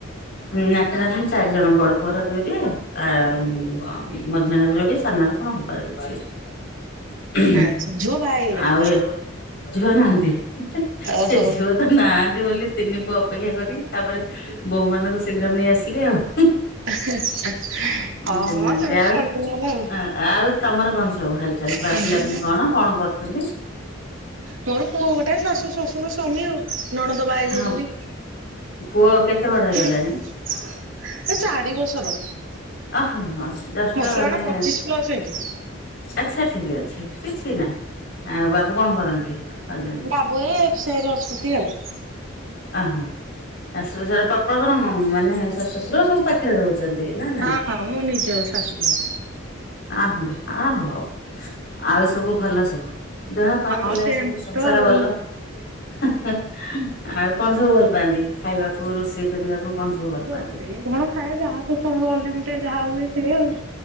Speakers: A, on the left; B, on the right.
A: ନାତି ନାତୁଣୀ ଚାରି ଜଣ ବଡପୁଅ ର ଯୋଡିଏ ଆଁ -ଉ-ଅଁ-ମଝିଆ ର ଯୋଡିଏ ସାନ ର କଣ ହବାର କିଛି
B: ଆଚ୍ଛା ଝୁଅ ବାହା ହେଇଗଲେଣି?
A: ଆଉ ଏ ଝିଅ ନାହାନ୍ତି? ହୁଁ ହୁଁ
B: ଓହୋ।
A: ସେ ଝୁଅ ତ ନାହାନ୍ତି ବୋଲି ତିନି ପୁଅ ଅପେକ୍ଷା କରିକି ତାପରେ ବୋହୁ ମାନଙ୍କୁ ଶୀଘ୍ର ନେଇ ଆସିଲେ ଆଉ।
B: ଉଁ ହୁଁ ହୁଁ,
A: ଜାଣିନାହାନ୍ତି
B: ହଁ ମ ସେମିତି
A: ଆଉ
B: ଶୁଣିଲିନି ହେଲା ଆଉ।
A: ହଁ ଆଉ ତମର କଣ ସବୁ ହାଲ଼ ଚାଲ୍
B: ହୁଁ,
A: ବା ପିଲାପିଲି କଣ? କଣ କରୁଚନ୍ତି?
B: ମୋର ପୁଅ ଗୋଟାଏ, ଶାଶୁ, ଶ୍ୱଶୁର, ସ୍ୱାମି ଆଉ। ନଣନ୍ଦ ବାହାହେଇ ଯାଇଚନ୍ତି।
A: ହଁ ପୁଅ କେତେ ବଡ ହେଇଗଲାଣି?
B: <inaudible> ଏ ଚାରି ବର୍ଷର।
A: ଅ ହଁ ହଁ ଜଷ୍ଟ
B: ମୋର ତ
A: ମାନେ
B: ଏଇନା ପଚିଶ ପ୍ଲସ ହେଇଛି
A: ଆଚ୍ଛା ଠିକ୍ ଅଛି କିଛି ନାଇଁ, ଆ ବାବୁ କଣ କରନ୍ତି? ହଜେବେଣ୍ଟ।
B: ବାବୁ ଏଇ ଏ ଫ୍ ସାଇ ରେ ଅଛନ୍ତି ଆଉ।
A: ଅଁ ହଁ ଶାଶୁ, ଶ୍ୱଶୁର ପପ ଗର ମାନେ ଶାଶୁ, ଶ୍ୱଶୁର ସବୁ ପାଖରେ ରୋହୁ ଚନ୍ତି ନା ନାଇଁ?
B: ହଁ ହଁ ମୋ ନିଜ ଶାଶୁର ଘରେ।
A: ଆ ହଁ ଆ ହୋଉ, ଆଉ ସବୁ ଭଲ ସବୁ? ଦେହ ପା,
B: ହଁ
A: ପିଲା,
B: ସେମିତି
A: ସବୁ ସଂସାର
B: ତ ଆଉ।
A: ବଲ? ହୁଁ ହୁଁ ଆଉ କଣ ସବୁ ଭଲ ପାଆନ୍ତି? ଖାଇବାକୁ ରୋଷେ କରିବାକୁ କଣ ସବୁ? ଭଲ
B: ରୋଷେଇ
A: ପାଆନ୍ତି?
B: କଣ ଖାଏ ଯାହା ତୋ ସବୁ ଅଲଲିମିଟେଡ୍ ଯାହା ହୁଏ ସେୟା ଆଉ।